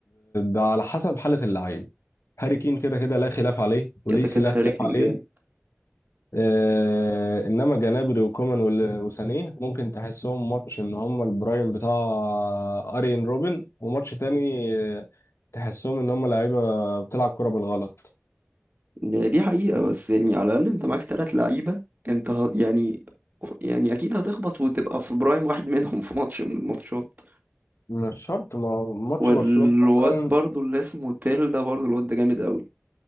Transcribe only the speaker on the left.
على حسب حاله اللعيب هاري كين كده كده لا خلاف عليه وليسي
لا خلاف
عليه
آه، انما جنابري وكومان وال- وسانيه ممكن تحسهم ماتش ان هم البرايم بتاع ارين روبن وماتش تاني آه، تحسهم ان هم لعيبه بتلعب كرة بالغلط
مش شرط ما هو ماتش
برشلونة مثلا